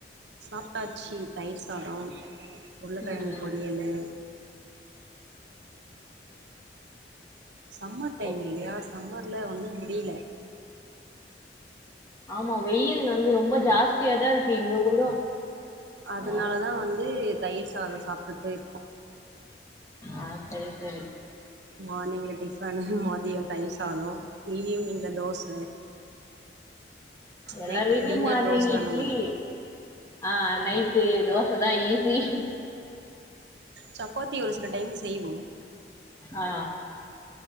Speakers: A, on the right; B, on the left.
A: சாப்ட்டாச்சு தயிர் சாத உருளக்கெழங்
B: ம் ம்
A: பொரியலு சம்மர் டைம்
B: ஓகே
A: இல்லையா சம்மர்ல ஒன்னு முடில
B: ஆமா வெயில் வந்து ரொம்ப ஜாஸ்தியதா இருக்கு இங்க கூட
A: அதனாலதா
B: ஆ
A: வந்து தயிர் சாத சாப்ட்டுட்டு இருக்கோ
B: ஆ சரி சரி
A: மார்னிங்ல டிஃபன் மதியொ தயிர் சாத ஈவ்னிங்ல தோச
B: எல்லாரு
A: நைட்டு
B: வீட்லயு
A: டின்னர்
B: மார்னிங்
A: தோச
B: இட்லி
A: அந்த மாதிரி
B: ஆ நைட்டு தோச தா ஈசி
A: சப்பாத்தி ஒரு சில டைம்ல செய்வோ
B: ஆ